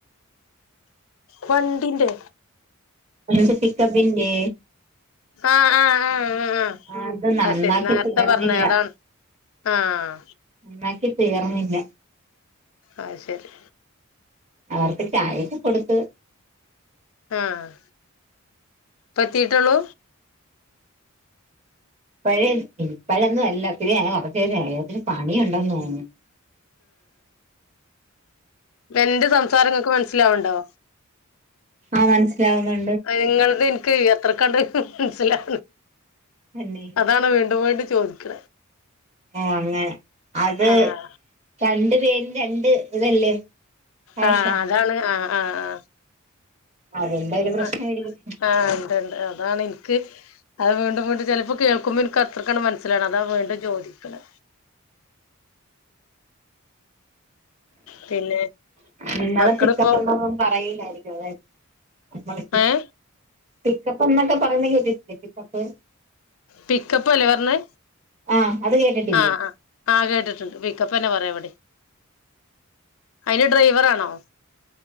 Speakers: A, on the left; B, on the right.
A: വണ്ടിന്റെ
B: സ പിക്കപ്പിന്റെ
A: ആഹ് ആഹ് ആഹ് ആഹ് ആഹ്
B: അത് നന്നാക്കി
A: അശരി നേർത്തെ
B: തീർന്നില്ല
A: പറഞ്ഞെ അതാണ് ആഹ്
B: ന്നാക്കി തീർന്നില്ല
A: അത്ശരി
B: അവർക്ക് ചായേക്ക കൊടുത്ത്
A: ആഹ് ഇപ്പ എത്തീട്ടുള്ളൂ?
B: പ്പഴേ ഇപ്പഴൊന്നും അല്ല ഹേ കുറച്ചേരായി അതിന് പണി ഉണ്ടന്ന് തോന്നുന്നു
A: എന്റ സംസാരം നിങ്ങക്ക് മനസ്സിലാവുണ്ടോ?
B: ആഹ് മനസ്സിലാവുന്നു
A: നിങ്ങൾത് എനിക്ക് എത്ര കണ്ട് മനസ്സിലാ
B: തന്നെ
A: അതാണ് വീണ്ടും വീണ്ടും ചോദിക്ക
B: ഓ അങ്ങനെ അത്
A: ആഹ്
B: രണ്ട് പേരും രണ്ട് ഇതല്ലേ ഭാഷ
A: ആഹ് അതാണ് ആഹ് ആഹ്
B: അതിന്റെ ഒരു പ്രശ്നമായിരിക്കും
A: ആഹ് ആഹ് ഉണ്ടിണ്ട് അതാണെനി ക്ക് അത് വീണ്ടും വീണ്ടും ചെലപ്പോ കേൾക്കുമ്പോ എനക്ക് അത്ര കണ്ട് മനസ്സിലാണ് അതാ വീണ്ടും ചോദിക്കണെ പിന്നെ
B: നിന്നത്
A: മക്കളിപ്പോ
B: പിക്കപ്പ് എന്തന്നും പറയല്ലായിരിക്കും അല്ലെ
A: ഏഹ്
B: പിക്കപ്പ് എന്നക്ക പറയുന്ന കേട്ടിട്ടില്ലേ പിക്കപ്പ്
A: പിക്കപ്പല്ലേ പറഞ്ഞെ
B: ആ അത് കേട്ടിട്ടില്ലേ
A: ആഹ് ആഹ് ആഹ് കേട്ടിട്ടുണ്ട് പിക്കപ്പന്ന പറയും ഇ വിടെ അയില് ഡ്രൈവറാണോ